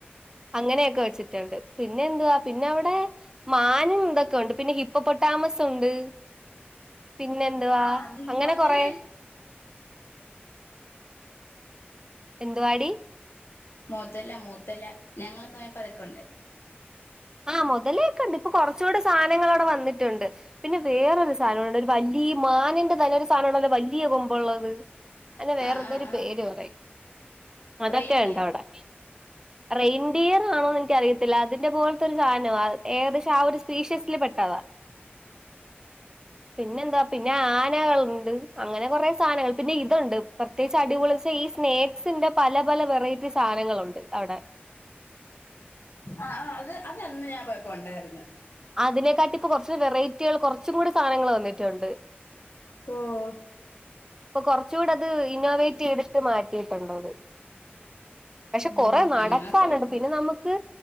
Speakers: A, on the right; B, on the left.
A: അങ്ങനെയൊക്കെ വെച്ചിട്ടുണ്ട്. പിന്നെന്തുവാ? പിന്നെവടെ. മാനുംതൊക്കെണ്ട്. പിന്നെ ഹിപ്പൊ പൊട്ടാമസ്ണ്ട്. പിന്നെന്തുവാ?
B: ആഹ്
A: അങ്ങനെ
B: മൊതല്
A: കൊറെ. എന്തുവാടി?
B: മൊതല മൊതല. ഞങ്ങളന്നോ യപ്പോ അതൊക്കെണ്ട്.
A: ആഹ് മൊതലെയൊക്കെണ്ട്. ഇപ്പൊ കൊറച്ചൂടെ സാനങ്ങളവടെ വന്നിട്ടുണ്ട്. പിന്നെ വേറൊര് സാനം ഉണ്ട്. ഒരു വലിയ മാനിന്റെ തലൊരു സാനള്ളത് വലിയ കൊമ്പ്ള്ളത്. അയ്ന് വേറൊന്തോര്
B: ആഹ് ആഹ് ആഹ്
A: പേര് പറയും. അതൊക്കെ
B: റെയിൻഡിയറോ
A: ണ്ടവടെ. റെയിൻഡിയർ ആണോന്ന് എനിക്കറിയത്തില്ല. ത്തൊരു സാനവാ. ഏകദേശം ആ ഒരു സ്പീഷ്യസില് പെട്ടതാ. പിന്നെന്താ? പിന്നെ ആനകള്ണ്ട്. അങ്ങനെ കൊറെ സാനങ്ങള്. പിന്നെ ഇത്ണ്ട് പർ ത്യേകിച്ച് അടിപൊളി ച്ചാ ഈ സ്നേക്സിന്റെ പല പല വെറൈറ്റി സാനങ്ങളുണ്ട് അവടെ.
B: ആഹ് ആഹ് അത് അതന്ന് ഞാൻ പോയപ്പോ ഒണ്ടായിര്ന്ന്.
A: അതിനെക്കാട്ടിപ്പൊ കൊർച്ച് വെറൈറ്റികൾ കൊറച്ചു കൂടി സാനങ്ങള് വന്നിട്ട്ണ്ട്.
B: ഓഹ്.
A: പ്പൊ കൊർച്ചൂടത് ഇന്നോവേറ്റെയ്തിട്ട് മാറ്റിയിട്ട്ണ്ടത്. പക്ഷെ
B: ഉം
A: കൊറെ നടക്കാന്ണ്ട്.
B: എന്നാ പോയി
A: പിന്നെ നമുക്ക്